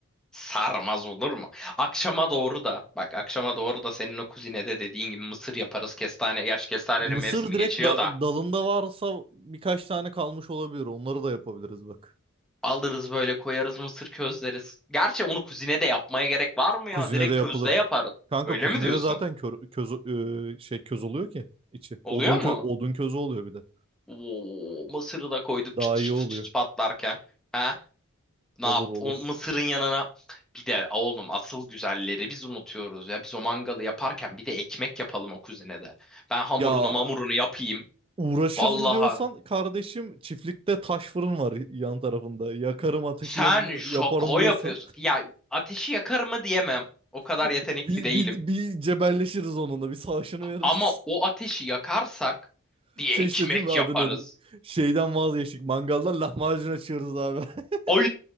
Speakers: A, in the centre; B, on the right.
A: Sarmaz olur mu? Akşama doğru da bak akşama doğru da senin o kuzinede dediğin gibi mısır yaparız. Kestane. Gerçi kestanenin
B: Mısır
A: mevsimi
B: direkt
A: geçiyor
B: da-
A: da.
B: dalında varsa birkaç tane kalmış olabilir. Onları da yapabiliriz bak.
A: Alırız böyle koyarız mısır közleriz. Gerçi onu kuzine de yapmaya gerek var mı ya?
B: Kuzine
A: Direkt
B: de yapılır.
A: közde yaparız.
B: Kanka
A: Öyle
B: kuzine
A: mi diyorsun?
B: de zaten kör, köz, e, şey köz oluyor ki içi.
A: Oluyor
B: Odun kö,
A: mu?
B: odun közü oluyor bir de.
A: Oo, mısırı da koyduk
B: Daha
A: çıt çıt
B: iyi oluyor.
A: çıt çıt patlarken. Ha? Ne
B: Olur
A: yaptı?
B: olur.
A: O mısırın yanına bir de oğlum asıl güzelleri biz unutuyoruz ya. Biz o mangalı yaparken bir de ekmek yapalım o kuzinede. Ben hamurunu
B: Ya
A: mamurunu yapayım.
B: Uğraşırım
A: Vallahi
B: diyorsan kardeşim çiftlikte taş fırın var yan tarafında. Yakarım ateşim
A: sen şoko
B: yaparım diyorsan
A: yapıyorsun. Ya ateşi yakar mı diyemem. O kadar
B: <laughs>
A: yetenekli
B: bir,
A: değilim.
B: bir, bir cebelleşiriz onunla bir savaşını veririz.
A: Ama o ateşi yakarsak
B: <laughs>
A: bir
B: Şey
A: ekmek
B: işte değil mi adı
A: yaparız.
B: nedir? Şeyden vazgeçtik mangaldan lahmacun açıyoruz abi. <laughs>
A: Ay